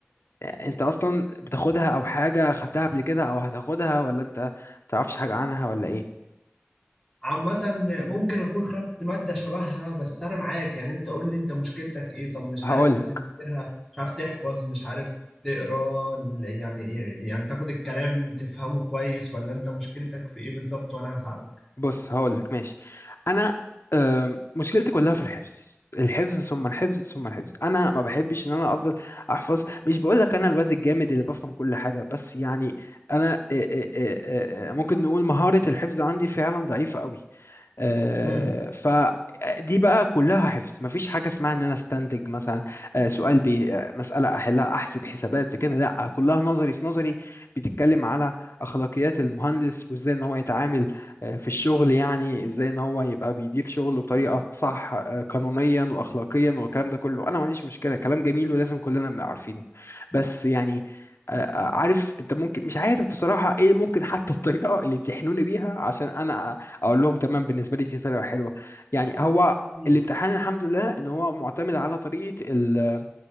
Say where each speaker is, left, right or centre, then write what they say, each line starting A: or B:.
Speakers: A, on the left; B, in the centre.
A: انت اصلا بتاخدها او حاجة خدتها قبل كده او هتاخدها ولا انت متعرفش حاجة عنها ولا ايه
B: عامة ممكن اكون خدت مادة شبهها بس انا معاك يعني انت قول لي انت مشكلتك ايه طب مش
A: هقول
B: عارف تذاكرها مش عارف تحفظ مش عارف تقرا ال- يعني يعني تاخد الكلام تفهمه كويس ولا انت مشكلتك في ايه بالظبط وانا هساعدك
A: بص هقول لك ماشي انا آم، مشكلتي كلها في الحفظ الحفظ ثم الحفظ ثم الحفظ انا ما بحبش ان انا افضل احفظ مش بقول لك انا الواد الجامد اللي بفهم كل حاجه بس يعني انا آه، آه، آه، آه، آه، ممكن نقول مهاره الحفظ عندي فعلا ضعيفه قوي آه،
B: مم.
A: فدي بقى كلها حفظ مفيش حاجة اسمها ان انا استنتج مثلا آه، سؤال بي آه، مسألة احلها احسب حسابات كده لا كلها نظري في نظري بتتكلم على اخلاقيات المهندس وازاي ان هو يتعامل آه، في الشغل يعني ازاي ان هو يبقى بيدير شغله بطريقة صح آه، قانونيا واخلاقيا والكلام ده كله انا ما عنديش مشكلة كلام جميل ولازم كلنا نبقى عارفينه بس يعني آه، آه، عارف انت ممكن مش عارف بصراحة ايه ممكن حتى الطريقة اللي يمتحنوني بيها عشان انا اقول لهم تمام بالنسبه لي دي طريقه حلوه يعني هو
B: مم.
A: الامتحان الحمد لله ان هو معتمد على طريقه ال-